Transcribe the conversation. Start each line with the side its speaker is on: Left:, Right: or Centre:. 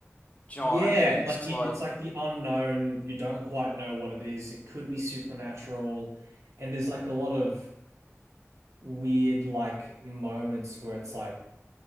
Left: Do you
Right: Yeah,
Left: know what I mean? It's
Right: like you,
Left: like
Right: it's like the unknown. You don't quite know what it is. It could be supernatural, and there's like a lot of weird like moments where it's like